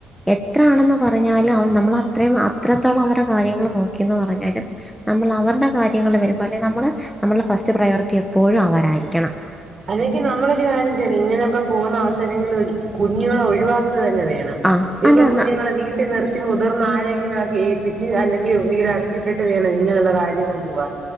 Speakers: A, in the centre; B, on the right.
A: എത്ര ആണെന്ന് പറഞ്ഞാലും നമ്മൾ അത്ര അത്രത്തോളം അവരുടെ കാര്യങ്ങള്ൾ നോക്കിന്ന് പറഞ്ഞാലും നമ്മൾ അവരുടെ കാര്യങ്ങൾ വരുമ്പോൾ അല്ലെങ്കിൽ നമ്മള് നമ്മളുടെ ഫസ്റ്റ് പ്രയോറിറ്റി എപ്പോഴും അവരായിരിക്കണം
B: അല്ലെങ്കിൽ നമ്മളൊരു കാര്യംച്ച ഇങ്ങനെയൊക്കെ പോകുന്ന അവസരങ്ങളിൽ കുഞ്ഞുങ്ങളെ ഒഴിവാക്കി തന്നെ വേണം
A: ആ
B: ഇവ
A: അതാ
B: കുഞ്ഞുങ്ങളെ
A: ന-
B: വീ ട്ടി നിർത്തി മുതിർന്ന ആരെെങ്കിലും ആക്കി ഏപ്പിച്ച് അല്ലെങ്കിൽ ടിച്ചിട്ടിട്ട് വേണം ഇനി നല്ല ആയം ക പോവാ